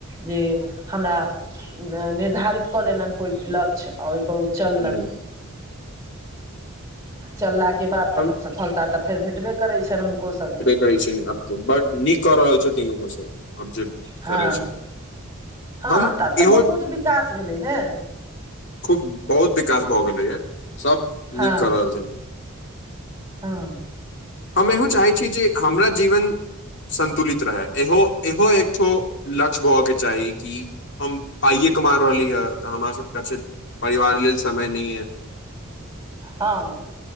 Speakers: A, on the right; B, on the left.
A: जे हमरा निर्धारित कऽ लेलनि कोइ लक्ष्य आ ओहिपर उ चललनि
B: ह
A: चललाके बाद
B: हम
A: तऽ सफलता तऽ फेर भेटबे करै छनि हुनको सभके
B: रहै छैब बड नीक कऽ रहल छथिन ओहो सब आब जे
A: हँ
B: चलै छै
A: हँ
B: हम
A: आब तऽ
B: इहो
A: बहुत विकास भेलै नऽ
B: खूब बहुत विकास भऽ गेलैए सभ
A: हँ
B: नीक कऽ रहल छैन
A: हँ
B: हम इहो चाहै छी जे हमरा जीवन संन्तुलित रहय इहो इहो एकठो लक्ष्य भय कऽ चाही कि हम पाइए कमा रहली हय तऽ हमरा सबके परिवार लेल समय नेय हऽ
A: हँ